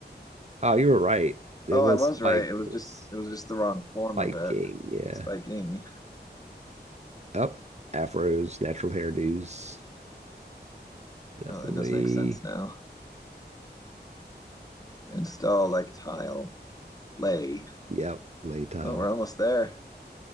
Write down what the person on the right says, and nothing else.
Oh, you were right. It
was
spike.
It
was
spiking.
Yeah.
Up. Afros, natural hairdos. Definitely.
Yep. Lay tile.